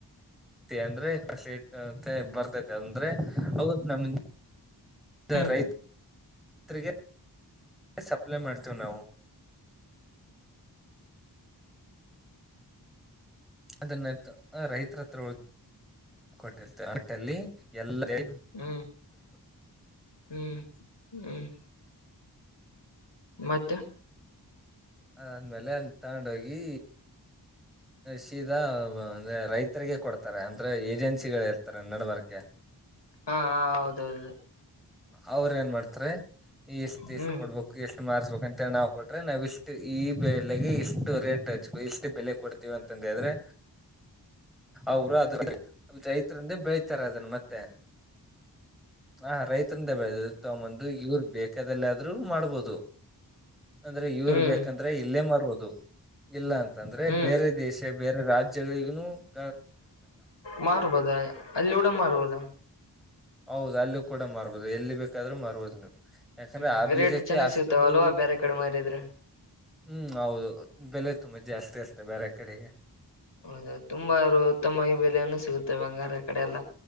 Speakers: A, in the centre; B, on the left.
A: ಅಂದ್ರೆ <unintelligible> ಬರ್ತಾತೆ ಅಂದ್ರೆ. ಅವತ್ ನಮ್ಗೆ.
B: ಹ್ಮ್
A: ರೈತ <unintelligible> ರಿಗೆ. ಸಪ್ಲೈ ಮಾಡ್ತೇವಿ ನಾವು. ಅದನ್ನ ರೈತರ ಹತ್ರ <unintelligible> ಯಲ್ಲ. <unintelligible>
B: ಹ್ಮ್ ಹ್ಮ್ ಹ್ಮ್ ಮತ್ತೆ.
A: ಆದ್ಮೇಲೆ ಅ ತೊಂಡ ಹೋಗಿ. ಸೀದಾ ಅಂದ್ರೆ ರೈತರಿಗೆ ಕೊಡ್ತಾರೆ ಅಂದ್ರ ಏಜೆನ್ಸಿಗಳು ಇರ್ತಾರೆ ನಡ ಬರಕೆ.
B: ಹಾ ಹೌದೌದು.
A: ಅವ್ರ ಏನ್ ಮಾಡ್ತಾರೆ. ಈಷ್ಟು ಈಷ್ಟು
B: ಹ್ಮ್
A: ಕೊಡ್ಬೇಕು ಈಷ್ಟು ಮಾರ್ಸ್ಬೇಕ ಅಂತೇಳಿ ನಾವ್ ಕೊಟ್ರೆ ನಾವ್ ಇಷ್ಟು ಈ ಬೆಳೆಗೆ ಈಷ್ಟು ರೇಟ್ ಐತಿ. ವಷ್ಟೇ ಬೆಲೆ ಕೊಡ್ತೀವಿ ಅಂತಂದ ಹೇಳ್ರೆ ಅವರು <unintelligible> ಅದ್ರ. <unintelligible> <unintelligible> ಬೆಳತಾರೆ ಅದನ್ನ ಮತ್ತೆ. ಹಾ ರೈತನ ದ ಬೆಳದ ತಂದು ಇವ್ರು ಬೇಕಾದಲ್ಲ ಆದ್ರರು ಮಾಡ್ಬೋದು. ಅಂದ್ರೆ ಇವ್ರ
B: ಹ್ಮ್
A: ಬೇಕಂದ್ರೆ ಇಲ್ಲೇ ಮರ್ಬದು ಇಲ್ಲ ಅಂತಂದ್ರೆ
B: ಹ್ಮ್
A: ಬೇರೆ ದೇಶ. ಬೇರೆ ರಾಜ್ಯಗಳಿಗನು. <unintelligible>
B: ಮಾರ ಬದಾ ಅಲ್ಲಿ ಡ ಮಾರಬದ.
A: ಹೌದು ಅಲ್ಲಿ ಕೂಡ ಮಾರ್ಬೋದು ಎಲ್ಲಿ ಬೇಕಾದ್ರರು ಮರ್ಬೋದು ನೀವು. ಎಕರ
B: ಹ್ಮ್
A: ಆ <unintelligible>
B: ರೇಟ್ ಚೆನ್ನಾಗ್
A: ಆಷ್ಟತಂದು.
B: ಸಿಗ್ತಾವ ಅಲ್ವಾ ಬೇರೆ ಕಡೆ ಮಾರಿದ್ರೆ
A: ಹ್ಮ್ ಹೌದು ಬೆಲೆ ತುಂಬಾ ಜಾಸ್ತಿ ಇರ್ತ್ತೆ ಬೇರೆ ಕಡೆಗೆ.
B: ಹೌದ ತುಂಬ <unintelligible> ಉತ್ತಮವಾಗಿ ಬೆಲೆಯನ್ನು ಸಿಗುತ್ತೆ <unintelligible> ಕಡೆ ಎಲ್ಲ